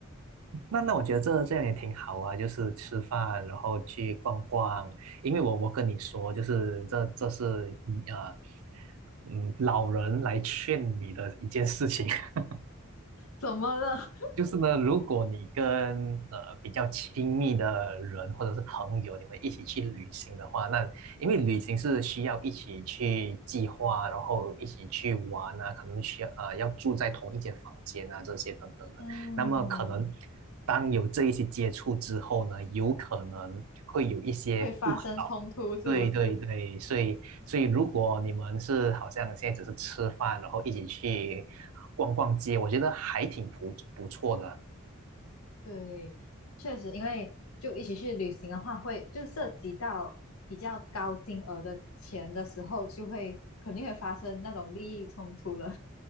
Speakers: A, on the right; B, on the left.
A: 那那我觉得这这样也挺好啊，就是吃饭，然后去逛逛。因为我我跟你说，就是这这是嗯呃，嗯，老人来劝你的一件事情。<laughs>
B: 怎么了？
A: 就是呢，如果你跟呃比较亲密的人或者是朋友，你们一起去旅行的话，那因为旅行是需要一起去计划，然后一起去玩啊，可能需要呃要住在同一间房间啊，这些等等的。
B: <laughs> 嗯，
A: 那么可能当有这一些接触之后呢，有可能会有一些不好。
B: 会发生冲突是不是？
A: 对对对，所以所以如果你们是好像现在只是吃饭，然后一起去逛逛街，我觉得还挺不不错的。
B: 对，确实，因为就一起去旅行的话会，就涉及到比较高金额的钱的时候，就会肯定会发生那种利益冲突了。